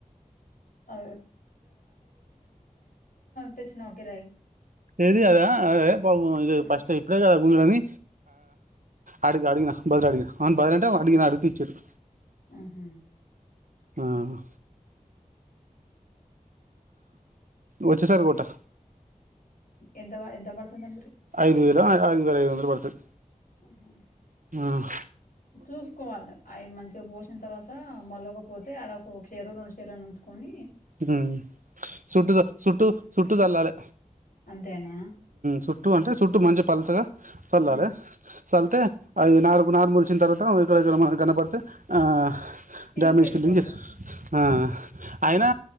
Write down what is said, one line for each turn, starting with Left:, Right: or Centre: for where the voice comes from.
Left: అ తెచ్చినవ కిరాయి
Right: ఏది కాదా అదే ఇ
Left: ఆ
Right: ఫస్ట్ ఇప్పుడే కదా గుంజుడని అడిగి అడిగినా బదులు అడిగిన బదులు అడిగినా అంటే అడిగిన
Left: ఆ
Right: అడిగిపిచ్చిళ్ళు
Left: ఆహా
Right: ఆ వచ్చేసారీ కొంటా
Left: ఎంత ఎంత బడుతంది
Right: ఐదు వేల ఐదు వేల ఐదు వందల పడుతది
Left: ఆహా
Right: ఆహా
Left: చూసుకోవాలి అవి మంచిగా పోసిన తర్వాత అ మళ్లకపోతే ఆలా ఒక చషీరు రెండు షీరలు చూసుకొని
Right: హు చుట్టు చుట్ చుట్టు చల్లాలి
Left: అంతేనా
Right: చుట్టూ అంటే చుట్టూ మంచి పలసగా చల్లాలి
Left: ఆ
Right: చలితే అది నాలుగు నాలు ములిసిన తర్వాత ఇక్కడ ఇక్కడ మనం కనపడితే ఆ
Left: పీకి
Right: డమేజ్
Left: పెట్టుకోవాలి
Right: త దనిజ ఆ ఆ అయినా